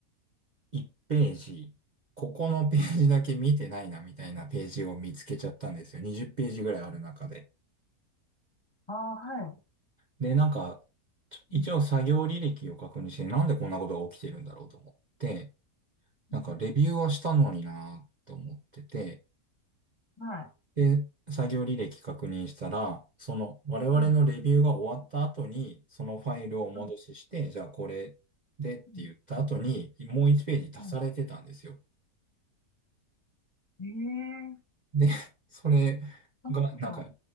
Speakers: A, on the right; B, on the left.
A: 1ページ、ここのページだけ見てないなみたいなページを見つけちゃったんですよ。20ページぐらいある中で。
B: あ、はい、
A: で、なんか、ちょ一応作業履歴を確認して、
B: うん、
A: なんでこんなことが起きてるんだろうと思って、なんかレビューはしたのになーって思ってて、
B: うんはい、
A: で、作業履歴確認したら、その我々のレビューが終わった後に、
B: うん、
A: そのファイルをお戻しして、
B: うん、
A: じゃあこれでって言った後に、
B: うん。
A: もう1ページ足されてたんですよ。
B: うんええ
A: で、<laughs> それ
B: そんなこと、
A: が、なんか、